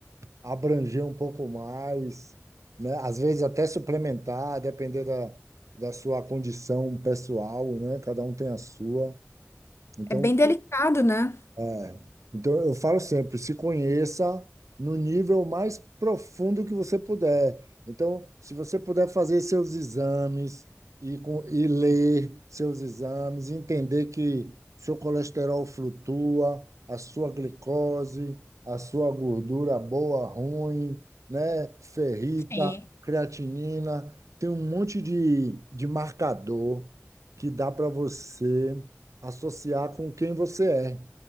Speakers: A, on the right; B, on the left.
A: abranger um pouco mais, né? Às vezes até suplementar, depender da, da sua condição pessoal, né? Cada um tem a sua. Então
B: É bem delicado, né?
A: é. Então, eu falo sempre, se conheça no nível mais profundo que você puder. Então, se você puder fazer seus exames e, com- e ler seus exames, entender que seu colesterol flutua, a sua glicose, a sua gordura boa, ruim, né? Ferrita,
B: Sim,
A: creatinina, tem um monte de, de marcador que dá para você associar com quem você é